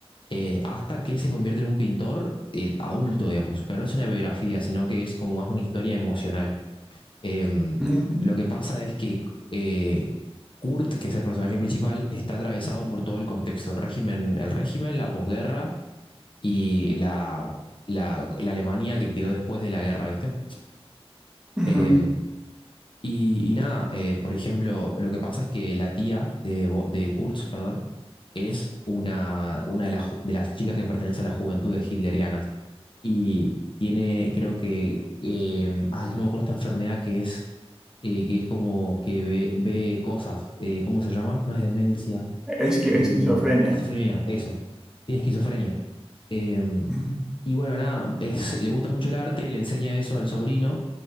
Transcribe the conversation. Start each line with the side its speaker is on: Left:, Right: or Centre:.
Left: eh, hasta que se convierte en un pintor eh, adulto, digamos. Pero no es una biografía, sino que es como más una historia emocional. Em,
Centre: Ujú,
Left: lo que pasa es que eh, Kurt, que es el personaje principal, está atravesado por todo el contexto, el régimen, el régimen, la posguerra y la, la, la Alemania que quedó después de la guerra, ¿viste?
Centre: ujú.
Left: Em, Y, y nada, eh, por ejemplo, lo que pasa es que la tía de, Bo- de Kurtz, perdón, es una, una de, las, ju- de las chicas que pertenece a las juventudes hitlerianas y tiene, creo que, eh, ay, no me acuerdo esta enfermedad que es, eh, que es como que ve, ve cosas, eh, ¿cómo se llama? No es demencia,
Centre: Es que
Left: eh,
Centre: esquizofrenia.
Left: esquizofrenia, eso. Tiene esquizofrenia. Eh,
Centre: Ujú,
Left: y bueno, nada, es, le gusta mucho el arte, le enseña eso al sobrino